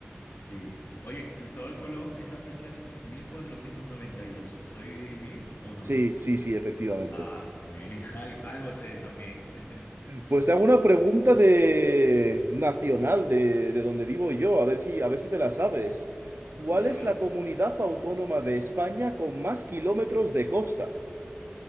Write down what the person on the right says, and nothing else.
Sí, sí, sí, efectivamente.
Pues te hago una pregunta de nacional de, de donde vivo yo, a ver si, a ver si te la sabes. ¿Cuál
es
la comunidad autónoma de España con más kilómetros de costa?